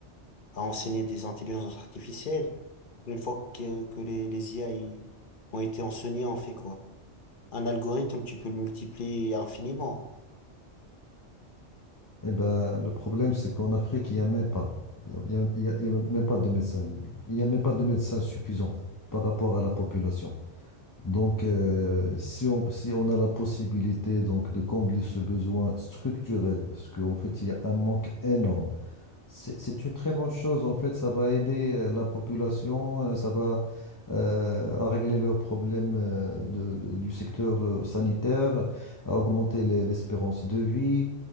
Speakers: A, on the left (about 50°); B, on the left (about 20°).
A: À enseigner des intelligences artificielles. Une fois que, que les, les IA y- ont été enseignés, on fait quoi? Un algorithme, tu peux le multiplier infiniment.
B: Eh ben, le problème, c'est qu'en Afrique, il n'y a même pas, il y a, il y a- il y a même pas de médecins. Il n'y a même pas de médecins suffisants par rapport à la population. Donc, euh, si on, si on a la possibilité donc de combler ce besoin structurel, parce qu'en fait, il y a un manque énorme C'est c'est une très bonne chose. En fait, ça va aider euh, la population, euh, ça va euh, à régler leurs problèmes euh, de- de- du secteur euh, sanitaire, à augmenter les- l'espérance de vie.